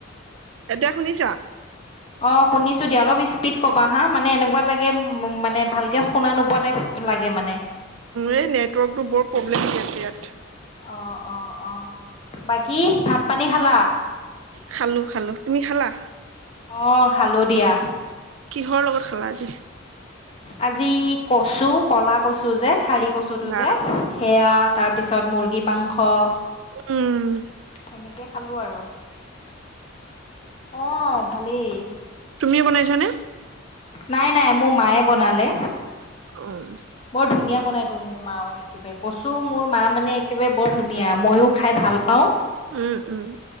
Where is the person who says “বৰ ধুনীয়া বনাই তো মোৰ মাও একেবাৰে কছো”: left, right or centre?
Left